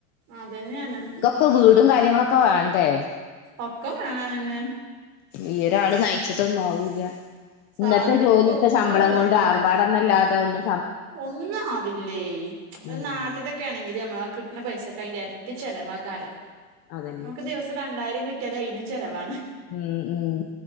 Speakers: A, on the right; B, on the left.
A: അതന്നെയാണ്
B: ക്ക്‌ വീടും കാര്യങ്ങളൊക്കെ വേണ്ടെ
A: ഒക്കെ കാണാന്നെ
B: ഈ ഒരാള് നയിച്ചിട്ടൊന്നും ആവൂല്ല
A: സാധനങ്ങൾക്കും
B: ഇന്നത്തെ ജോലിയെടുത്ത
A: ഒക്കെ
B: ശമ്പളം
A: വെല
B: കൊണ്ട് ആർ പടന്നല്ലാതെ ഒന്ന്
A: ഒന്നും ആവില്ലേ ഒരു
B: ഉം
A: നാട്ടില് ണെങ്കി നമ്മള് കിട്ടണ പൈസക്ക് അതിന്റെ ഇരട്ടി ചെലവാക്കാരം
B: അതന്നെ
A: നമുക്ക്‌ ദിവസം രണ്ടായിരം കിട്ടിയാ അയിനും ചെലവാണ്
B: ഉം ഉം